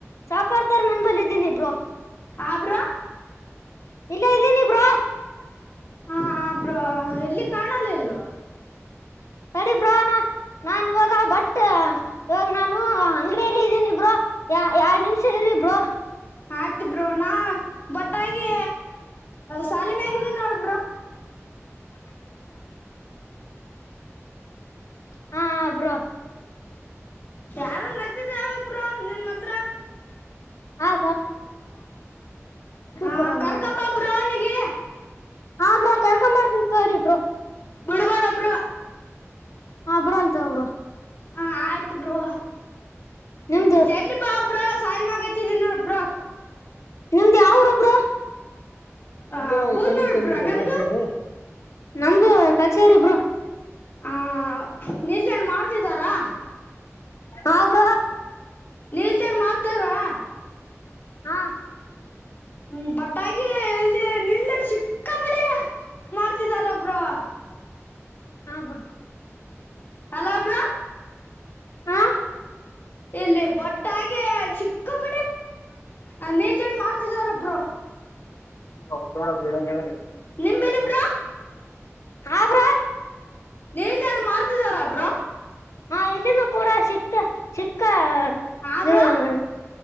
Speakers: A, on the left; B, on the left.
A: ಸಕ ನಾನ ಬಲಿದ್ದೀಿನಿಬ್್ರೋ
B: ಆಬ್ರಾ
A: ಇಲ್ಲ ಇದ್ದೀನಿಬ್ರಾ
B: ಹಾ ಬ್ರ ಎಲ್ಲಿ ಕಾಣಲ್ಲ ಅಲ್ವಾ
A: ಸಡಿ ಬ್ರ ನ ನಾನ್ ಇವಾಗ ಬಟ್ ಇವಾಗ ನಾನು ಅಂಗಡಿಯಲ್ಲಿ ಇದ್ದೀನಿಬ್ರೋ ಯ ಯಾವ ನಿಮ್ಷ ಇ ಇಬ್್ರರು
B: ಆಯ್ತು ಬ್ರೂ ನಾ ಬತ್ತಾಗಿ ಸಾಲಿ ಮ್ಯಾಗಿದ್ದೀ ನೋಡ ಬ್ರರು
A: ಹಾ ಅಬ್ರೋ
B: ಯಾರ ನಗ್ತಿದಬ್ರ ನಿಮ್ಮ್ ಹತ್ರ
A: ಹ
B: ಆ
A: ಕೊಡಂಗ
B: ಕರ್ಕಂಬ ಬ್ರೋ ಅವನಿಗೆ
A: ಹ್ರ ಕಳ್ಕಂಬ ತೋರಿಬ್ರರು
B: ಬುಡವಳಬ್್ರ
A: ಹ ಬ್ರಲ್ತ ಅವಬ್ರು
B: ಹಾ ಆಯ್ತು ಬ್ರೋ
A: ನಿಮ್ದು
B: ಜಲ್ಲು ಪಾ ಅಪರ ಸಾಲಿ ಮ ಎ ದಿನ ಬ್ರ
A: ನಿಮ್ದ ಯಾವರೊಬ್ಬ್ರ
B: ಆ
A: ನಿ ಯಾವ
B: ಬೂದ್ನೂರ್
A: ಈ ಕಣ್ಣಿನ ತಂದರಪ್ಪ
B: ಬ್ರೋ ನಿಮ್ದು
A: ಕಸವು ನಮ್ದು ಕಕ್ಷರಿಬ್ರು
B: ಆ ನಿಲ್ ಮಾಡ್ ಿದಾರಾ
A: ತಾಗ
B: ನೀಂತ ಏನ್ ಮಾಡ್ತಾರವಾ
A: ಹಾ
B: ಹ್ಮ್ ಬತಾಯ ಇಲ್ಲಿ ನಿಲ್ ಚಿಕ್ಕಾಪಟ್ಟ ಮಾಡ್ತಿದಾರ ಒಬ್ರು
A: ಹಾ ಹಾ
B: ಹಲಬರಾ
A: ಹಾ
B: ಇಲ್ಲಿ ಬಟ್ಟಾಗೆ ಚಿ ಕಬ ಅ ನೀಲ್ದಂಡು ಮಾಡ್ತಿದಾರಬ್ರೊ
A: ಅವ ತ ಬೀಡ <unintelligible>
B: ನಿಮೇಲೆಬ್ರೋ
A: ಹಾ ಬ್ರೋ
B: ನೀ ಮಾರ್ತಿದಾರ ಬ್ರೋ
A: ಹಾ ಇಲ್ಲಿನ ಕೂಡ ಸಿಕ್ತ ಸಿಕ್ ಕಾಟ್
B: ಹಾ ಬ್ರೋ
A: ಾಳ್